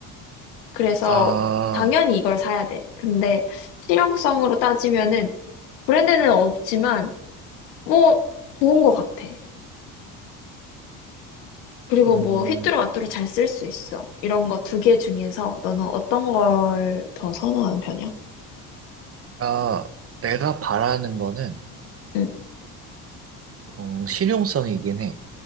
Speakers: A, on the left; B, on the right.
A: 그래서
B: 아,
A: 당연히 이걸 사야 돼. 근데 실용성으로 따지면은 브랜드는 없지만, 뭐, 좋은 거 같아. 그리고
B: 음,
A: 뭐 휘뚜루 마뚜루 잘 쓸 수 있어. 이런 거 두 개 중에서 너는 어떤 걸 더 선호하는 편이야?
B: 아, 내가 바라는 거는,
A: 응.
B: 음, 실용성이긴 해.